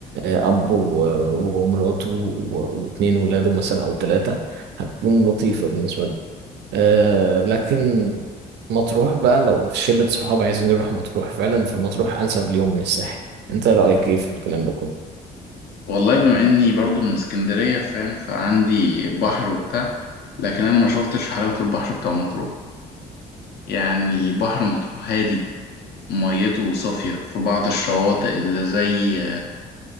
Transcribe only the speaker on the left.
والله بما اني برضو من اسكندرية فاهم فعندي بحر وبتاع لكن انا ما شوفتش في حلاوة البحر بتاع مطروح يعني بحر مطروح هادي ميته صافية في بعض الشواطئ اللي زي